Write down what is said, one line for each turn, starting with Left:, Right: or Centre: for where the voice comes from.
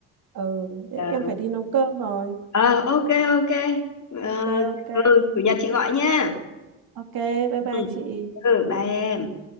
Right: ừ
Left: ờ
Right: em phải đi nấu cơm rồi
Left: ờ, ok ok ờ,
Right: ok ok
Left: ừ chủ nhật chị gọi nha
Right: ok bye bye
Left: ừ
Right: chị
Left: ừ bye em